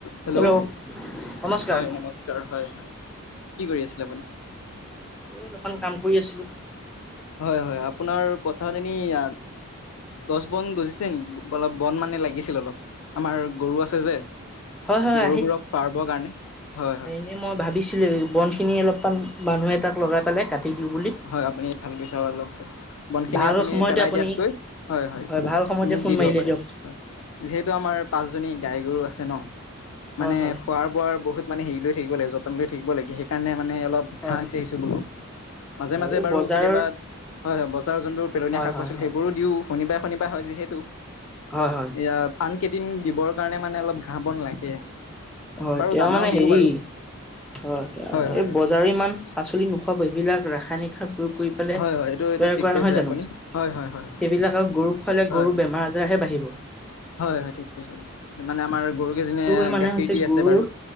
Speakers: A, on the left; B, in the centre.
A: Hello
B: hello নমস্কাৰ।
A: হয় নমস্কাৰ হয় হয়। কি কৰি আছিলে আপুনি?
B: এই অলপমান কাম কৰি আছিলোঁ।
A: হয় হয় আপোনাৰ পথাৰত এনেই গছ বন গজিছে নেকি অলপ বন মানে লাগিছিলে অলপ? আমাৰ গৰু আছে যে
B: হয় হয়
A: গৰু বোৰক খোৱাৰ কাৰণে হয় হয়।
B: এ মই ভাবিছিলোঁৱেই বনখিনি অলপমান মানুহ এটাক লগাই পেলাই কাটি দিওঁ বুলি।
A: হয় আপুনি ভাল কৈছা অলপ। বনখিনি
B: ভাল
A: আপুনি
B: সময়তে
A: পেলাই
B: আপুনি
A: দিয়াতকৈ হয় হয়
B: ভাল সময়তে
A: মোক
B: ফোন
A: দি দিব
B: মাৰিলে
A: পাৰে
B: দিয়ক
A: হয়। যিহেতু আমাৰ পাঁচ জনী গাই গৰু আছে ন
B: হয়
A: মানে
B: হয়
A: খোৱাৰ বোৱাৰ বহুত মানে হেৰি লয় থাকিব লাগে যতন লৈ থাকিব লাগে সেইকাৰণে মানে অলপ
B: হয়
A: ঘাঁহ বিচাৰিছোঁ
B: হয়
A: বোলোঁ। মাজে
B: হয়
A: মাজে
B: এই
A: বাৰু
B: বজাৰৰ
A: কেতিয়াবা হয় হয় বজাৰৰ যোনবোৰ পেলনীয়া
B: হয়
A: শাক
B: হয়
A: পাচলি
B: হয়
A: সেইবোৰো দিও, শনিবাৰে শনিবাৰ হয় যিহেতু।
B: হয় হয়।
A: এয়া আন কেইদিন দিবৰ কাৰণে মানে অলপ ঘাঁহ বন লাগে।
B: হয়
A: বাৰু
B: তেওঁ
A: দানাও
B: মানে
A: দিওঁ
B: হেৰি
A: বাৰু
B: হয়
A: হয়
B: এই
A: হয়
B: জাৰিমান পাচলি নোখোৱা <inaudible> ৰাসায়নিক সাৰ প্ৰয়োগ কৰি পেলাই
A: হয়
B: তেনেকুৱা
A: হয় এইটো এইটো ঠিক কৈছে
B: নহয় জানো
A: আপুনি
B: সেইবিলাক
A: হয় হয় হয়
B: আৰু গৰুক খুৱালে
A: হয়
B: গৰু
A: হয়
B: বেমাৰ আজাৰহে বাঢ়িব।
A: হয় হয় ঠিক কৈছে ঠিক কৈছে মানে আমাৰ গৰুকেইজনীয়ে
B: গৰু মানে
A: গাখীৰ
B: হৈছে
A: দি
B: গৰুৰ
A: আছে বাৰু